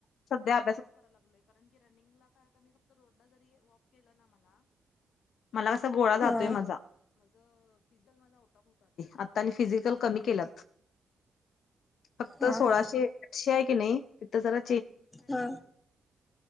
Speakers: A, on the left; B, on the left.
A: सध्या, मला कसा गोळा जातोय
B: हा
A: मा आता आणि फिजिकल कमी केला, फक्त
B: हा
A: सोळाशे
B: हा
A: आठशे कानी तेथे जरा,
B: हा